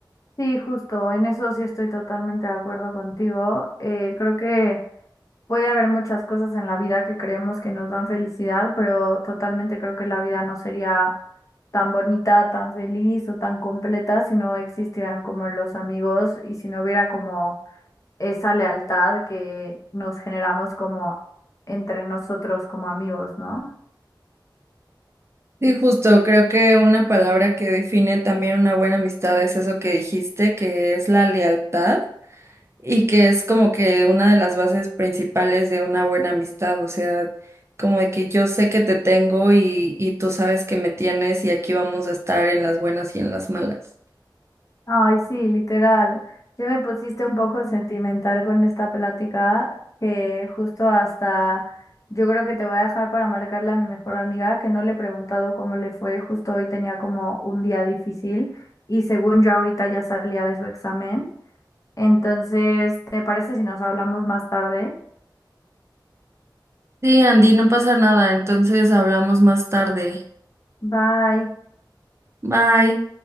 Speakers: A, on the left; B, on the right.
A: Sí, justo, en eso sí estoy totalmente de acuerdo contigo. Eh, creo que... Puede haber muchas cosas en la vida que creemos que nos dan felicidad, pero totalmente creo que la vida no sería tan bonita, tan feliz o tan completa si no existieran como los amigos y si no hubiera como esa lealtad que nos generamos como entre nosotros como amigos, ¿no?
B: Sí, justo, creo que una palabra que define también una buena amistad es eso que dijiste, que es la lealtad. Y que es como que una de las bases principales de una buena amistad, o sea, como de que yo sé que te tengo y, y tú sabes que me tienes y aquí vamos a estar en las buenas y en las malas.
A: Ay, sí, literal. Ya me pusiste un poco sentimental con esta plática que justo hasta yo creo que te voy a dejar para marcarle a mi mejor amiga que no le he preguntado cómo le fue. Justo hoy tenía como un día difícil y según yo ahorita ya salía de su examen. Entonces, ¿te parece si nos hablamos más tarde?
B: Sí, Andy, no pasa nada, entonces hablamos más tarde.
A: Bye.
B: Bye.